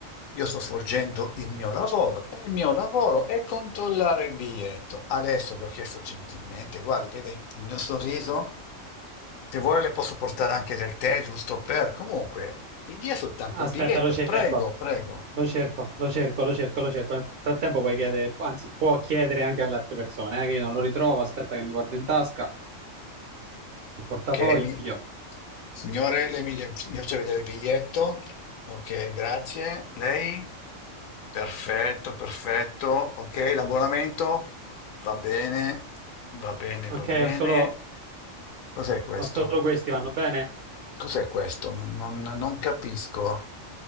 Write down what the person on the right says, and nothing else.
Aspetta,
lo cerco.
Lo cerco,
lo cerco, lo cerco, lo cerco. Nel frattempo puoi chiedere, anzi, può chiedere anche alle altre persone, eh, che io non lo ritrovo. Aspetta che mi guardo in tasca, nel portafoglio.
Ok,
ho solo,
ho solo questi, vanno bene?